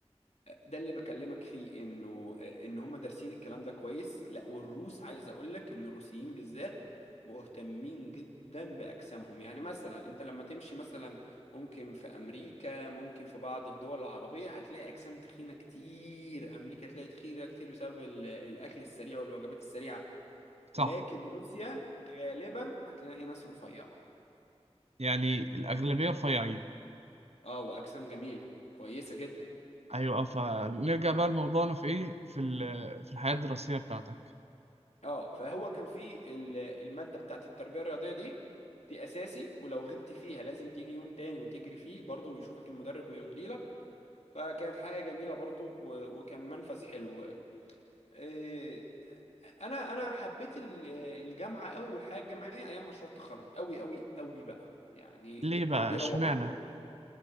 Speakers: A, on the left (about 75°); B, on the right (about 70°).
A: ده اللي بكلمك فيه انه ان هم دارسين الكلام ده كويس لا والروس عايز اقول لك ان الروسيين بالذات مهتمين جدا باجسامهم يعني مثلا انت لما تمشي مثلا ممكن في امريكا ممكن في بعض الدول العربية هتلاقي اجسام تخينة كتير امريكا تلاقي تخينة كتير بسبب ال- الاكل السريع والوجبات السريعة لكن
B: صح
A: روسيا غالبا هتلاقي ناس رفيعة
B: يعني الأغلبية رفيعين
A: اه واجسام جميلة كويسة جدا
B: أيوة فنرجع بقى لموضوعنا في إيه في ال- في الحياة الدراسية بتاعتك
A: اه فهو كان في ال- المادة بتاعت التربية الرياضية دي دي اساسي ولو غبت فيها لازم تيجي يوم تاني وتجري فيه برضه ويشوفك المدرب ويمضي لك فكانت حاجة جميلة برضه و- وكان منفذ حلو إيه، انا انا حبيت ال- الجامعة قوي والحياة الجامعية ايام مشروع التخرج قوي قوي قوي بقى يعني
B: ليه بقى
A: كانوا بيروحوا
B: إشمعنى